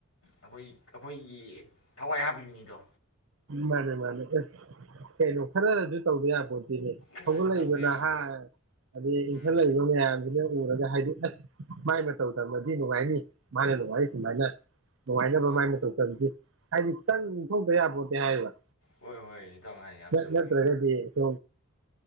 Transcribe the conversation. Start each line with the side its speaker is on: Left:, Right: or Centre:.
Left: ꯑꯩꯈꯣꯏ ꯑꯩꯈꯣꯏꯒꯤ ꯑꯦ ꯊꯋꯥꯏ ꯍꯥꯞꯄꯤꯌꯨꯅꯤꯗꯣ
Right: ꯃꯥꯅꯦ ꯃꯥꯅꯦ ꯑꯁ ꯀꯩꯅꯣ ꯈꯔꯔꯁꯨ ꯇꯧꯗ ꯌꯥꯕꯣ
Left: ꯈꯔꯁꯨ
Right: ꯍꯧꯒꯠꯂꯛꯏꯕ
Left: ꯇꯧꯗ ꯌꯥꯕꯅꯤ
Right: ꯅ ꯍꯥꯏ ꯑꯗꯩ ꯏꯟꯈꯠꯂꯛꯏꯕ
Left: ꯎꯝ
Right: ꯃꯌꯥꯝ ꯑꯗꯨꯗ ꯎꯔꯒ ꯍꯥꯏꯗꯤ ꯑꯁ ꯃꯥꯏ ꯃꯇ ꯇꯧ ꯇꯝꯃꯗꯤ ꯅꯨꯡꯉꯥꯏꯅꯤ ꯃꯥꯅ ꯅꯨꯡꯉꯥꯏ ꯑꯗꯨꯃꯥꯏꯅ ꯅꯨꯡꯉꯥꯏꯅ
Left: ꯍꯣꯏ
Right: ꯃꯥꯏꯅ ꯇꯧ ꯇꯔꯤꯁꯤ ꯍꯖꯤꯇꯥꯟ ꯊꯕ ꯇꯌꯥ ꯍꯥꯏꯕ
Left: ꯍꯣꯏ ꯍꯣꯏ ꯏꯇꯥꯎꯅ ꯍꯥꯏ ꯌꯥꯝ
Right: ꯅ
Left: ꯆꯨꯝꯃꯤ
Right: ꯅꯠꯇ꯭ꯔꯒꯦꯗꯤ ꯀ